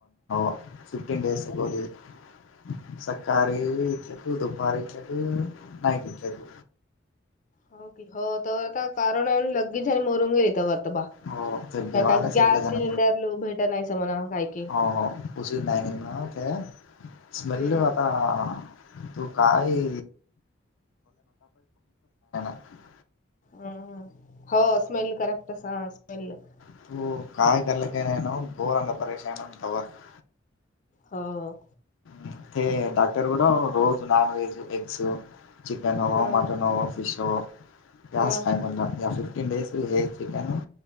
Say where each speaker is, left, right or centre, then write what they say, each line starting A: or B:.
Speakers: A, on the left; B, on the left.
A: <unintelligible> <unintelligible> फिफ्टिन डेज उगवली <unintelligible> तू दुपार <unintelligible> नाही घेतल्या तू.
B: हो क हो तर आता कारण आहे लगेच आणि मोरूनंगेली त्यावर तर बा.
A: हो ते
B: का
A: भेवायला
B: का
A: सिरका
B: गॅस
A: जाण
B: सिलेंडर लो भेटत नाहीच मणा काय की.
A: हो हो उशी डायनिंग ओके स्मेल
B: हम्म
A: आता तू काय <unintelligible>
B: हम हो स्मेल करेक्ट हा स्मेल <unintelligible>
A: <unintelligible>
B: हो.
A: ते ते डाक्टर बोले रोज नॉनव्हेज खायच <unintelligible> चिकन हवं,
B: हाँ
A: मटन हवं, फिश हवं
B: हाँ
A: <unintelligible> हे चिकन